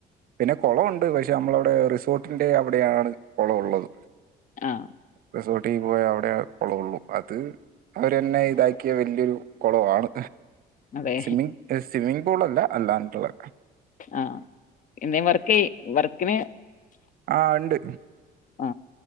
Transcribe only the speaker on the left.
ആഹ്
അതെ
ആ എന്തേം വർക്കെ വർ കൻ <unintelligible>
ആ